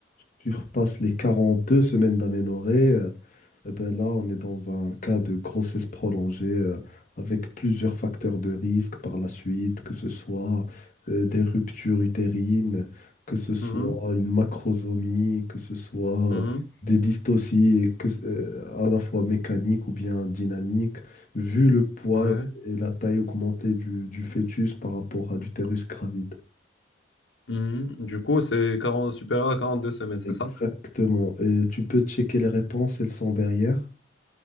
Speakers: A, on the left (about 45°); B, on the left (about 85°).
A: surpasse les 42 semaines d'aménorrhée, euh, Eh ben là, on est dans un cas de grossesse prolongée euh, avec plusieurs facteurs de risque par la suite, que ce soit euh, des ruptures utérines, que ce soit
B: Mhm.
A: une macrosomie, que ce soit
B: Mhm.
A: euh, des dystocies que, ce- euh, à la fois mécaniques ou bien dynamiques. Vu le poids
B: Ouais.
A: et et la taille augmentée du, du fœtus par rapport à l'utérus gravite.
B: Mhm. Du coup, c'est 40 supérieur à 42 semaines, c'est
A: Exactement.
B: ça?
A: Et tu peux checker les réponses, elles sont derrière.